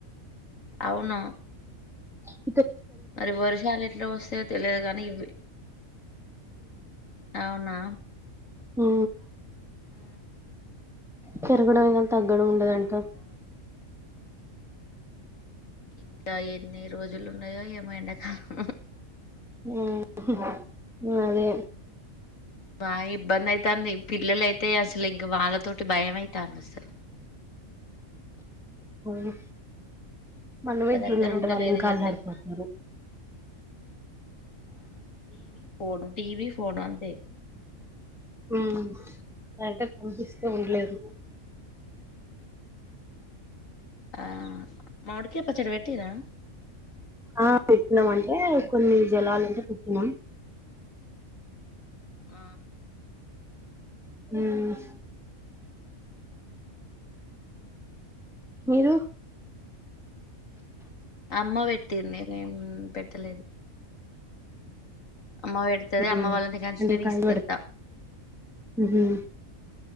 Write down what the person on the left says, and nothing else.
అవును
మరి వర్షాలు ఎట్లా వస్తాయో తెలియదు కానీ ఇవి అవునా
ఆ
అమ్మో, ఇంకా ఎన్ని రోజులు ఉన్నయో ఏమో ఎండకాలం
బా ఇబ్బందయితాంది పిల్లల అయితే అసలు ఇంకా వాళ్ళతో భయమయి తాంద అసల్
ఒక
దగ్గర ఉంటలేరు
ఈ
ఎండకు ఆ, టీవీ ఫోను టీవీ ఫోను అంతే
ఆ మామిడికాయ పచ్చడ పెట్టిర్రా
ఆ
అమ్మ పె ట్టింది నేన్ పెట్టలేదు అమ్మ పెడుతది
అమ్మ వాళ్ళ ఇంటికాంచనే
తీసుకెళ్తా